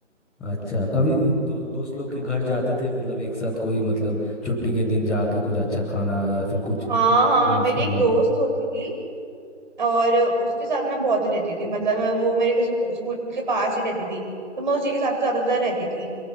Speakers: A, in the centre; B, on the right.
A: अच्छा कभी दो, दोस्त लोग के घर जाते थे मतलब एक साथ कोई मतलब छुट्टी के दिन जाके कुछ अच्छा खाना या फिर कुछ
B: हाँ
A: गेम्स
B: हाँ मेरी
A: खेलना
B: एक दोस्त होती थी और उसके साथ मैं बहुत रहती थी मतलब मैं वो मेरे स्कू- स्कूल के पास ही रहती थी तो मैं उसी के साथ ज्यादातर रहती थी